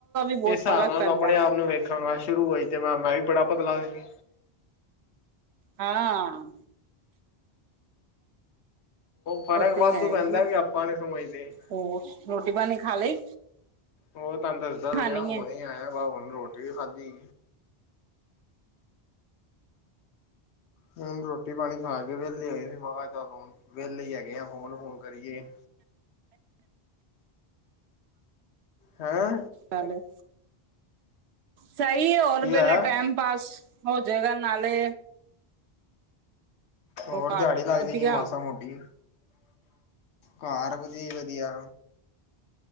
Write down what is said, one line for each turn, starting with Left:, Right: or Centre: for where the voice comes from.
Right: ਬਹੁਤ
Left: ਇਸ ਸਾਬ
Right: ਫਰਕ
Left: ਨਾਲ
Right: ਪੈਂਦਾ
Left: ਆਪਣੇ ਆਪ ਨੂੰ ਵੇਖਾਂਗਾ ਸ਼ੁਰੂ ਹੋਈ ਤੇ ਮੈਂ ਮੈਂ ਵੀ ਬੜਾ ਪਤਲਾ ਸੀ
Right: ਹਾਂ
Left: ਫ਼ਰਕ
Right: ਉਹ ਤੇ
Left: ਵਾਧੂ
Right: ਹੈ
Left: ਪੈਂਦਾ
Right: ਈ ਏ
Left: ਵੀ ਆਪਾਂ ਨੀ ਸਮਝਦੇ
Right: ਹੋਰ ਰੋਟੀ ਪਾਣੀ ਖਾ ਲਈ
Left: ਹੋਰ ਤੁਆਨੂੰ ਦੱਸਦਾ ਤਾ
Right: ਖਾਣੀ
Left: ਪਿਆ ਹਣੇ
Right: ਹੈ
Left: ਆਇਆ ਵ ਹਣ ਰੋਟੀ ਵੀ ਖਾਧੀ। ਹੁਣ ਰੋਟੀ ਪਾਣੀ ਖਾ ਕੇ ਵਿਹਲੇ ਹੋਏ ਸੀ ਮੈਂ ਕਿਹਾ ਚੱਲ ਹੁਣ ਵਿਹਲੇ ਹੀ ਹੈਗੇ ਆ ਫੋਨ ਫੋਨ ਕਰੀਏ ਹੈਂ
Right: ਚਲ ਸਹੀ ਔਰ
Left: ਕੀ
Right: ਵੇਲੇ
Left: ਹੋਇਆ
Right: ਟਾਈਮ ਪਾਸ ਹੋ ਜੇਗਾ ਨਾਲੇ
Left: ਹੋਰ
Right: ਘਰ
Left: ਦਿਆੜੀ ਲੱਗਦੀ
Right: ਵਧੀਆ
Left: ਜ ਮਾਸਾ ਮੋਟੀ ਘਰ ਵਧੀਆ ਈ ਵਧੀਆ।